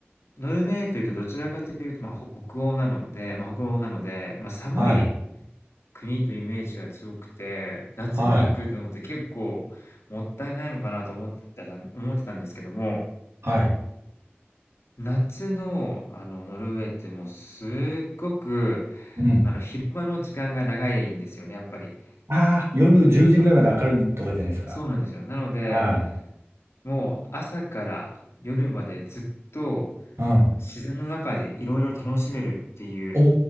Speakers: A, on the left (about 80°); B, on the right (about 75°).
A: ノルウェーというとどちらかというと、まあ、北欧なのでまあ、北欧なので、まあ、寒い
B: はい、
A: 国というイメージが強くて、夏に行くのって結構もったいないのかなと思ってた思ってたんですけども、
B: はい、はい。
A: 夏の、あの、ノルウェーってもうすっごく、
B: うん。
A: あの、昼間の時間が長いんですよね、やっぱり。
B: ああ、夜10時ぐらいまで明るいとかじゃないですか。
A: そうなんですよ。なので、
B: は
A: もう朝から夜までずっと
B: い。うん。
A: 自然の中でいろいろ楽しめるっていう
B: お